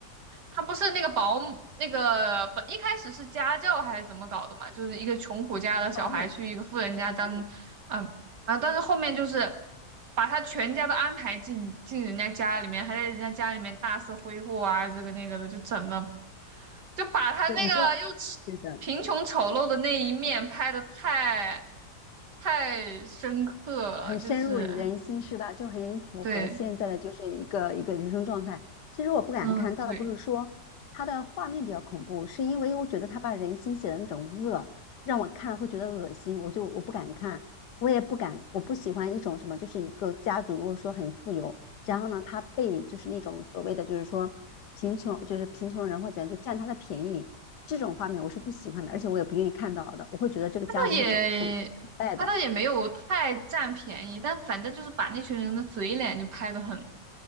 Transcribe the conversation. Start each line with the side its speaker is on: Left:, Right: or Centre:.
Right: 他不是那个保姆，那个本一开始是家教还是怎么搞的嘛？就是一个穷苦家的小孩去一个富人家当，
Left: 是保姆，是一个保姆。
Right: 嗯啊，但是后面就是把他全家都安排进进人家家里面，还在人家家里面大肆挥霍啊，这个那个的，就整的就把他那个又丑贫穷丑陋的那一面拍的太
Left: 对，你知道，对的，
Right: 太深刻了，
Left: 很深入人心是吧？
Right: 就是
Left: 就很符合现在的就是一个一个人生状态。
Right: 对，
Left: 其实我不敢看，
Right: 嗯对。
Left: 倒不是说它的画面比较恐怖，是因为我觉得他把人心写的那种恶，让我看了会觉得恶心，我就我不敢看，我也不敢，我不喜欢一种什么，就是一个家族如果说很富有，然后呢，他被就是那种所谓的就是说贫穷，就是贫穷人或怎样就占他的便宜，这种画面我是不喜欢的，而且我也不愿意看到的，我会觉得这个家族是走走败的。
Right: 他倒也他倒也没有太占便宜，但反正就是把那群人的嘴脸就拍得很